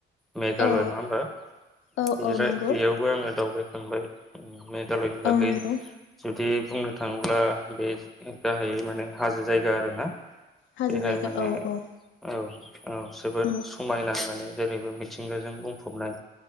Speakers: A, in the centre; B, on the left.
A: मेघालय
B: औ
A: नंङा होमबा
B: औ
A: इनिफ्राय
B: औ नंगौ
A: बेयावबो आंङो दावबाय थांबाय उम मेघा मेघालय होनबाथाय
B: औ नंगौ
A: जोब बिदि बुंनो थांङोब्ला बे गाहायै माने हाजो जायगा आरो ना
B: हाजो
A: बेहाय
B: जायगा
A: माने
B: औ औ
A: औ औ जोबोद
B: औ
A: समायना माने जेरैबो मिथिंगाजों बुंफबनाय